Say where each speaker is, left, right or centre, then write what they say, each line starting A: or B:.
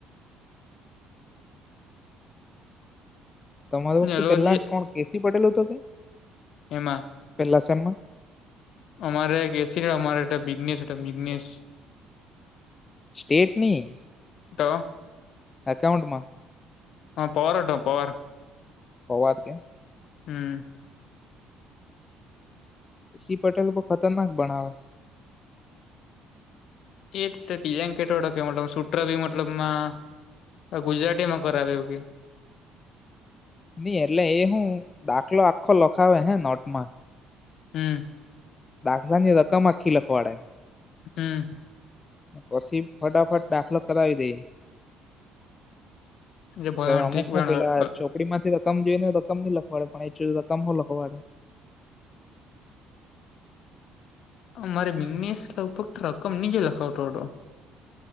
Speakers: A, on the left; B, on the left.
A: તમારો
B: ને એ લોકો
A: પેલા
B: જે
A: કોણ, કેસી પટેલ હતો કે?
B: એમાં.
A: પેલા સેમમા?
B: અમારે કેસી ની મિગનેસ હતો, મિગનેસ.
A: સ્ટેટ ની.
B: તો.
A: અકાઉન્ટમાં.
B: હા, પવાર હતો, પવાર.
A: પવાર હતો.
B: હમ.
A: કેસી પટેલ તો ખતરનાક ભણાવે.
B: <unintelligible> મતલબમાં અ ગુજરાતીમાં કરાવે એવું કે.
A: નઈ, એટલે એ હું દાખલો આખો લખાવે હે, નોટ માં.
B: હમ.
A: દાખલા ની રકમ આખી લખવાડે.
B: હમ.
A: પછી ફટાફટ દાખલો કરાવી દે.
B: એટલે ભણાવવાનો
A: અમુક
B: ટ્રીક ભણાવ
A: હું પેલા ચોપડી માંથી રકમ જોઈ ને, તો રકમ નહીં લખવાડે, <unintelligible> રકમ મો લખવાડે.
B: મારે મિગનેસ આવતો, રકમ નીચે લખાવતો હતો.